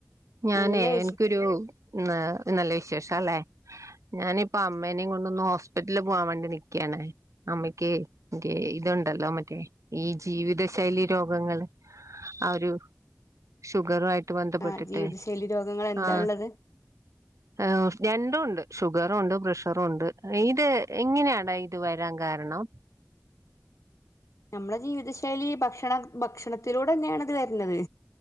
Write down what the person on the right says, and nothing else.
ഞാനേ
എൻക്കൊരു ന്നാ നല്ല വിശേഷല്ലെ ഞാനിപ്പോ അമ്മേനേ കൊണ്ടൊന്ന് ഹോസ്പിറ്റൽ പോവാൻ വേണ്ടി നിക്ക്യാണേ അമ്മയ്ക്ക് ഗേ ഇതുണ്ടല്ലോ മറ്റേ ഈ ജീവിത ശൈലി രോഗങ്ങള് ആഹ് ഒരു ഷുഗറു ആയിട്ട് ബന്ധപ്പെട്ടിട്ടെ
ആഹ്
ആഹ് രണ്ടുണ്ട് ഷുഗറുണ്ട് പ്രഷറുണ്ട് ഇത് എങ്ങന്യാട ത് വരാൻ കാരണം